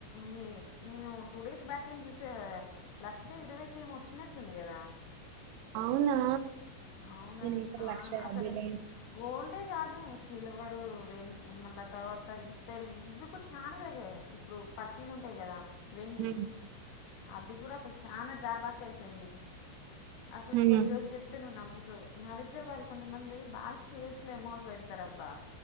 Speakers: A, on the left; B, on the right.
A: న నేను టూ డేస్ బ్యాక్ ఏం చూసే లక్ష ఇరవైకి ఏమి వచ్చినట్టుంది కదా
B: అవునా
A: అవును
B: నేను
A: అసలు
B: ఇంకా
A: చానా
B: లక్ష యాభైలే
A: అసలు గోల్డే కాదు సిల్వర్ వెం మళ తర్వాత ఇత్తడి ఇవి కూడా చాలా తగా ఇప్పుడు పట్టీలు ఉంటాయి కదా వెండి
B: హ్మ్
A: అది కూడా అసలు చానా డ్రాబ్యాక్ అయిపోయింది అసలు
B: హ్మ్
A: ఇంకో జోక్ జె నువ్వు నవ్వుతావు మా దగ్గర వాళ్ళు కొంతమంది బాగా షేర్స్ లో అమౌంట్ పెడతార అబ్బా